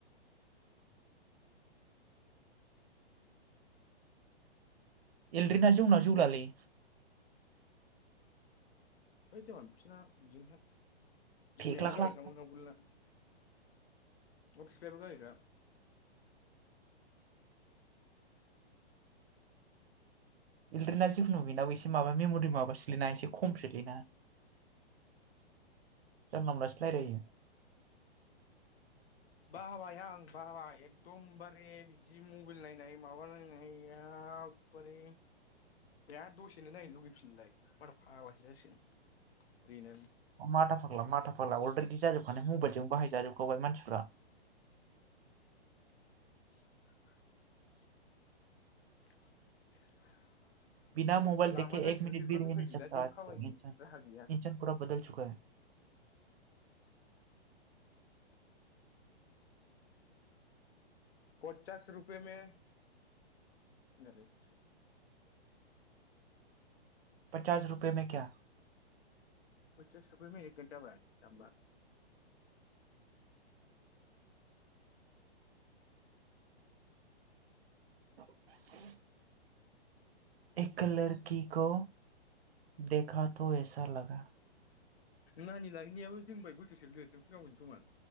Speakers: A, on the right; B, on the left.
A: एलरि ना जौना जौलालै
B: ओइ जौमान बिसना बिदिनोखा बिमायाबो
A: फेख्लाख्ला
B: गाहायखामोन आवगोलना अ फिफायाबो गाहायखा
A: इलद्रेना जिखुनु बेनाबो एसे माबा मेमरि माबा सोलिना एसे खम सोलिना जानला मोनलासो रायलायो
B: बाबाय आं बाबाय एकदमबारे बिदि मबिइल नायनाय माबा नायनाय एकबारे बिराद दसेनो नायनो लुगैफिनोलाय माथा फाग्लासो जासिगोन ब्रेनानो
A: माथा फाग्ला माथा फा फाला अलरिदि जाजोबखानाय मबाइलजों बाहाय जाजोब गबाय मानसिफ्रा <unintelligible>
B: <unintelligible> <unintelligible>
A: बिना मबाइल
B: लामानो
A: देखे
B: नांसिगोन
A: एक मिनिट
B: टिउसन
A: बि रह
B: उफाय गैला
A: सकता
B: जेबो
A: आजकल
B: खामायनो
A: इन्सान
B: राहा गैया
A: इन्सान फुरा बदल चुका
B: पचास रुपे मे <unintelligible>
A: पचास रुपए में क्या
B: पस रुपे मे एक घ जाबाय जामबा
A: <inaudible> एक लरकि को देखा तो ऐसा लागा
B: नानि लाहैनायाबो जोंनिफाय बोसोरसेल' देरसिन फुंखामोनजों समान